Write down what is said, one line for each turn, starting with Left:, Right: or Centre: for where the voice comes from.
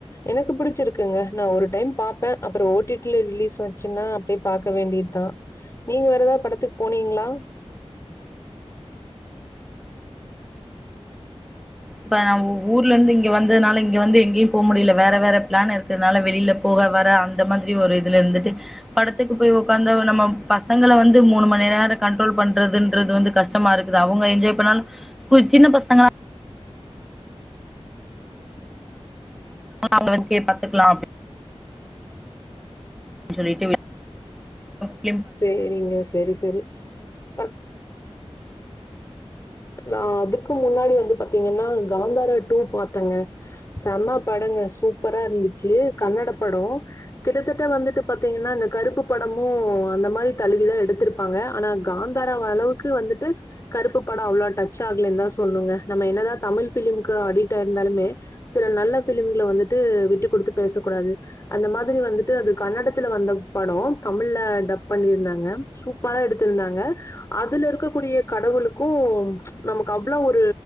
Left: எனக்கு புடிச்சிருக்குங்க நா ஒரு டைம் பாப்பே அப்புறோ ஓ டி டி ல ரிலீஸ் ஆச்சுன்னா அப்படியே பாக்க வேண்டியதுதா நீங்க வேற எதா படத்துக்கு போனீங்ளா
Centre: இப்ப நம் ஊர்ல இருந்து இங்க வந்ததுனால இங்க வந்து எங்கேயு போக முடியல வேற வேற பிளான் இருக்கதுனால வெளியில போக வர அந்த மாதிரி ஒரு இதுல இருந்துட்டு படத்துக்கு போய் உ்காந்த நம்ம பசங்களை வந்து மூணு மணி நேர கண்ட்ரோல் பண்றதுன்றது வந்து கஷ்டமா இருக்குது அவங்க என்ஜாய் பண்ணாலு கொச் சின்ன பசங்களா <inaudible> பாத்துக்கலா சொல்லிட்டு <inaudible>
Left: சேரிங்க செரி செரி தப் லா அதுக்கு முன்னாடி வந்து பாத்தீங்கன்னா காந்தாரா டூ பாத்தங்க செம படங்க சூப்பரா இருந்துச்சு கன்னட படோ கிட்டத்தட்ட வந்துட்டு பாத்தீங்கன்னா இந்த கருப்பு படமு அந்த மாரி தழுவிதா எடுத்திருப்பாங்க ஆனா காந்தாரா அளவுக்கு வந்துட் டு கருப்பு படோ அவ்ளோ டச் ஆகலன்தா சொல்னுங்க நம்ம என்னதா தமிழ் ஃபிலிம்க்கு அடிட் ஆயிருந்தாலுமே சில நல்ல ஃபிலிம்கல வந்துட்டு விட்டு குடுத்து பேச கூடாது அந்த மாதிரி வந்துட்டு அது கன்னடத்துல வந்த படோ தமிழ்ல டப் பண்ணிருந்தாங்க சூப்பரா எடுத்திருந்தாங்க அதுல இருக்க கூடிய கடவுளுக்கு நமக் அவ்ளோ ஒரு